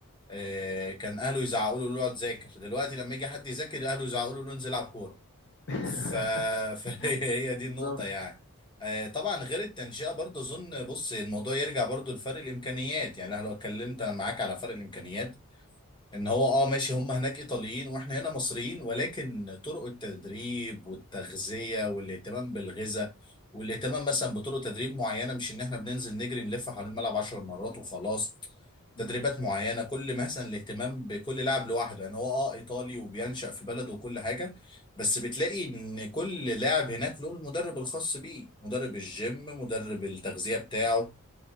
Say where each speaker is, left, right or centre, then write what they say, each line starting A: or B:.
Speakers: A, on the left; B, on the left.
A: آه، كان اهله يزعقوا له اقعد ذاكر دلوقتي لما يجي حد يذاكر اهله يزعقوا له انزل العب كوره
B: <laughs>
A: ف... <laughs> فهي هي دي
B: بالظبط
A: النقطة يعني آه، طبعا غير التنشئة برضه أظن بص الموضوع يرجع برضه لفرق الإمكانيات يعني أنا لو اتكلمت معاك على فرق الإمكانيات ان هو اه ماشي هم هناك ايطاليين واحنا هنا مصريين ولكن طرق التدريب والتغذيه والاهتمام بالغذاء والاهتمام مثلا بطرق تدريب معينه مش ان احنا بننزل نجري نلف حوالين الملعب 10 مرات وخلاص تدريبات
B: مم.
A: معينه كل مثلا الاهتمام بكل لاعب لوحده يعني هو اه ايطالي وبينشأ في بلده وكل حاجه بس بتلاقي ان كل لاعب هناك له المدرب الخاص بيه مدرب الجيم مدرب التغذيه بتاعه